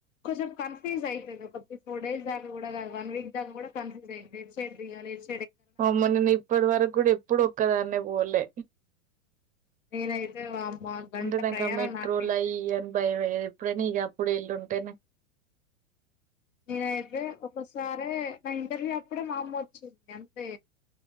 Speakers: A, on the left; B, on the right.
A: కొంచం కన్ఫ్యూజ్ అయితది. ఒక త్రీ ఫోర్ డేస్ దాకా గుడా గాదు వన్ వీక్ దాకా కూడా కన్ఫ్యూజ్ అయిద్ది ఎట్ సైడ్ దిగాలి ఎట్
B: అమ్మో నేన్ ఇప్పట్ వరకు గుడా ఎప్పుడు ఒక్కదాన్నే పోలే
A: నేనైతే వామ్మో గంట
B: అంటే నాకా
A: ప్రయాణం
B: మెట్రో
A: నాకైతే
B: లైయి ఇయి అని భయంమయ్యే ఎప్పుడైన ఇగ ఇప్పుడు ఈల్లుంటేనే
A: నేనైతే ఒకసారే నా ఇంటర్వ్యూ అప్పుడే మా అమ్మ వచ్చింది అంతే